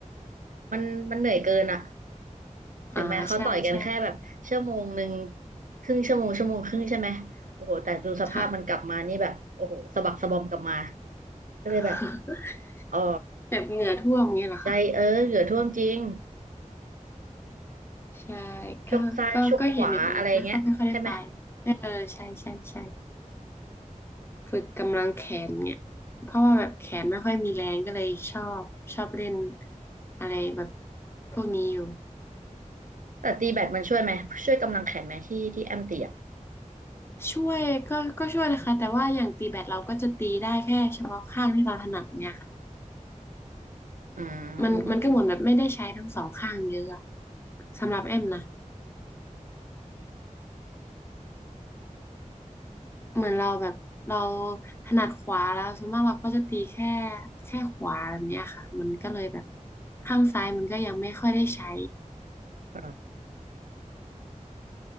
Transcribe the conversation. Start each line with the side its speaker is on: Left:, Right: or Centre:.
Right: มันมันเหนื่อยเกินอะถึงแม้เขาต่อยกันแค่แบบชั่วโมงหนึ่ง
Left: อ่าใช่ใช่
Right: ครึ่งชั่วโมงชั่วโมงครึ่งใช่ไหมโอ้โหแต่ดูสภาพมันกลับมานี่แบบโอ้โหสะบักสะบอมกลับมา
Left: ค่ะ
Right: ก็เลยแบบ
Left: <laughs>
Right: อ๋อ
Left: แบบเหงื่อท่วมอย่างนี้เหรอคะ
Right: ใจเออเหลือท่วมจริง
Left: ใช่ก็ก็ก็เห็นอยู่แต่แบบไม่ค่อยไม่ค่อยได้ไป
Right: ชกซ้ายชกขวาอะไรเงี้ยใช่ไหม
Left: เออใช่ใช่ใช่ฝึกกำลังแขนเนี่ยเพราะว่าแบบแขนไม่ค่อยมีแรงก็เลยชอบชอบเล่นอะไรแบบพวกนี้อยู่
Right: แต่ตีแบดมันช่วยไหมช่วยกำลังแขนไหมที่ที่แอมตีอะ
Left: ช่วยก็ก็ช่วยนะคะ แต่ว่าอย่างตีแบดเราก็จะตีได้แค่เฉพาะข้างที่เราถนัดเนี่ยค่ะ
Right: อืม
Left: มันมันก็เหมือนแบบไม่ได้ใช้ทั้งสองข้างเยอะอะสำหรับแอมนะ เหมือนเราแบบเราถนัดขวาแล้วส่วนมากเราก็จะตีแค่แค่ขวาแบบเนี้ยค่ะมันก็เลยแบบข้างซ้ายมันก็ยังไม่ค่อยได้ใช้
Right: ครับ